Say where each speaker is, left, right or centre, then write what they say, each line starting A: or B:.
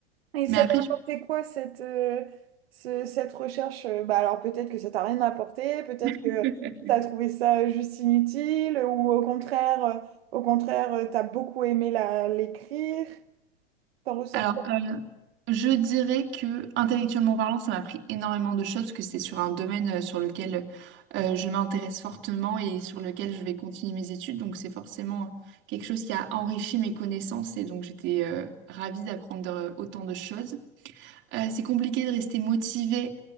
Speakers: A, on the right; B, on the right.
A: Et ça
B: Mais après,
A: t'a
B: je-
A: apporté quoi cette, euh, ce- cette recherche? euh, Bah alors peut-être que ça t'a rien apporté, peut-être que
B: <laughs>
A: t'as trouvé ça juste inutile, ou au contraire, euh, au contraire, euh, t'as beaucoup aimé la l'écrire. T'en ressors
B: alors,
A: quoi?
B: euh, je dirais que intellectuellement parlant, ça m'a pris énormément de choses parce que c'est sur un domaine euh, sur lequel euh, je m'intéresse fortement et sur lequel je vais continuer mes études. Donc, c'est forcément euh, quelque chose qui a enrichi mes connaissances et donc j'étais euh, ravie d'apprendre euh, autant de choses. Euh, c'est compliqué de rester motivé